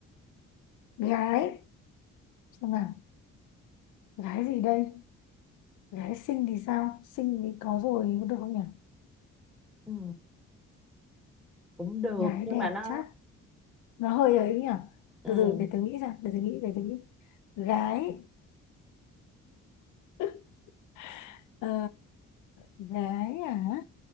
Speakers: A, on the left (about 85°); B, in the centre.
A: gái xem nào gái gì đây gái xinh thì sao xinh thì có rồi có được không nhỉ
B: ừ, cũng được
A: gái
B: nhưng
A: đẹp
B: mà nó
A: chắc nó hơi ấy nhỉ
B: ừ.
A: từ từ để tôi nghĩ ra để tôi nghĩ để tôi nghĩ gái <laughs> ờ, gái à